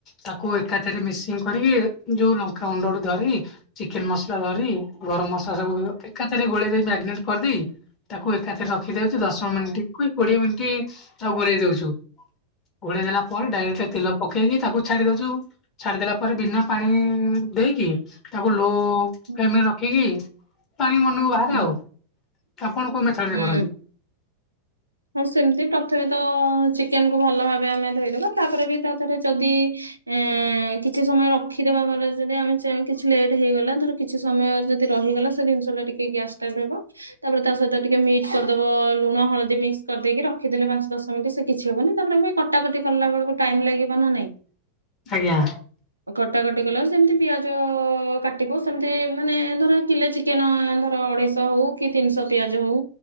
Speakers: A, on the left; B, on the right.
A: ତାକୁ ଏକାଥିରେ ମିସିଂ କରିକି, ଯୋଉ ଲଙ୍କା ଗୁଣ୍ଡ ଧରି, ଚିକେନ ମସଲା ଧରି ଗରମ ମସଲା ସବୁ ଏକାଥରେ ଗୋଳେଇ ଦେଇ ମ୍ୟାଗ୍ନେଟ କରିଦେଇ। ତାକୁ ଏକାଥରେ ରଖି ଦଉଛୁ ଦଶ ମିନିଟ କି କୋଡିଏ ମିନିଟ୍ ତାକୁ ଘୁରେଇ ଦଉଛୁ। ଘୋଡେଇ ଦେଲା ପରେ ଡାଇରେକ୍ଟ ତେଲ। ପକେଇକି ତାକୁ ଛାଡି ଦଉଛୁ ଛାଡିଦେଲା ପରେ ବିନା ପାଣି ଦେଇକି। ତାକୁ ଲୋ ଫ୍ଲେମ
B: ହୁଁ
A: ରେ ରଖିକି ପାଣି ମନକୁ ବାହାରେ
B: ହୁଁ
A: ଆଉ। ତ ଆପଣ କୋଉ ମେଥଡରେ
B: ହୁଁ।
A: କରନ୍ତି।
B: ହଁ ସେମିତି ପ୍ରଥମେ ତ ଚିକେନ କୁ ଭଲ ଭାବେ ଆମେ ଧୋଇଦବା। ତାପରେ ବି ତା ଦେହରେ ଯଦି ଏ କିଛି ସମୟ ରଖି ଦେବା ଭଲରେ ଯଦି ଆମେ କିଛି ଲେଟ୍ ହେଇଗଲା ଧର କିଛି ସମୟ ଅ ଯଦି ରହିଗଲା ସେ ଜିନିଷ ଟା ଟିକେ ଗ୍ୟାସ୍ ଟାଇପ୍ ର ହେବ ତାପରେ ତା ସହିତ ଟିକେ ମି କ୍ସ କରିଦବ ଲୁଣ ହଳଦୀ ମିକ୍ସ କରିଦେଇକି ରଖିଦେଲେ ପାଞ୍ଚ ଦଶ ମିନିଟ ସେ କିଛି ହବନି ତାପରେ ଏ କଟାକଟି। କଲା ବେଳକୁ ଟାଇମ ଲାଗିବ ନା ନାଇଁ।
A: ଆଜ୍ଞା
B: ଆଉ କଟାକଟି କଲା ବେଳକୁ ସେମିତି ପିଆଜ କାଟିବ ସେମିତି ମାନେ ଧର କିଲେ ଚି କେନ ଧର ଅଢେଇଶହ ହଉ କି ତିନିଶହ ପିଆଜ ହଉ